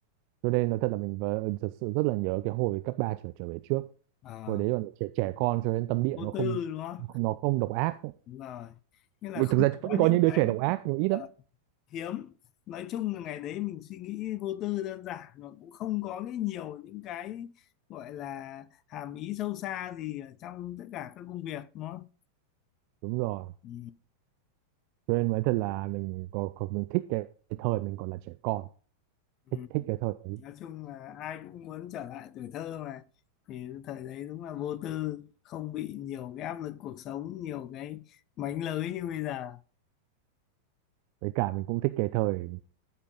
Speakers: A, on the right; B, on the left.
A: cho nên nói thật là mình vờ- ừ, thật sự rất là nhớ cái hồi cấp 3 trở trở về trước
B: Ờ,
A: hồi đấy còn trẻ trẻ con cho nên tâm địa
B: vô
A: nó không
B: tư đúng không
A: nó không độc ác
B: đúng rồi nghĩa là
A: Ừ,
B: không
A: thực ra vẫn
B: có
A: có
B: những
A: những đứa
B: cái
A: trẻ độc ác nhưng ít
B: ờ,
A: lắm
B: hiếm nói chung là ngày đấy mình suy nghĩ vô tư đơn giản mà cũng không có cái nhiều những cái gọi là hàm ý sâu xa gì ở trong tất cả các công việc nó
A: đúng rồi
B: ừ.
A: cho nên nói thật là mình có, có mình thích cái, cái thời mình còn là trẻ con thích
B: ừ.
A: thích cái thời đấy
B: nói chung là ai cũng muốn trở lại tuổi thơ mà thì thời đấy đúng là vô tư không bị nhiều cái áp lực cuộc sống nhiều cái mánh lới như bây giờ
A: với cả mình cũng thích cái thời